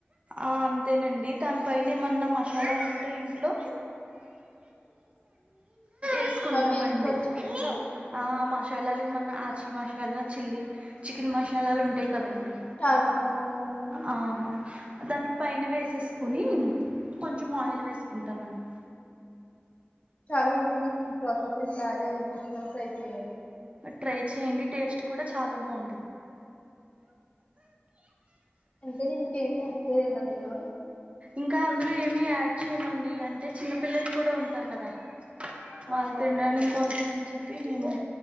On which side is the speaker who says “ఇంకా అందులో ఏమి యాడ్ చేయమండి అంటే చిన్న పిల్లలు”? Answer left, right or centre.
Right